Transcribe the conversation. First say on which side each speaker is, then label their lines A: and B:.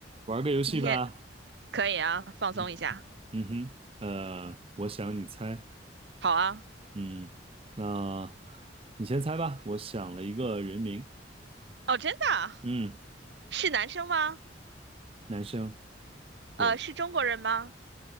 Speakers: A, on the right; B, on the right.
A: 玩个游戏吧。
B: 今天可以啊，放松一下。
A: 嗯嗯哼，呃，我想你猜。
B: 好啊，
A: 嗯，那你先猜吧。我想了一个人名。
B: 哦，真的啊
A: 嗯，
B: 是男生吗？
A: 男生。对，
B: 呃，是中国人吗？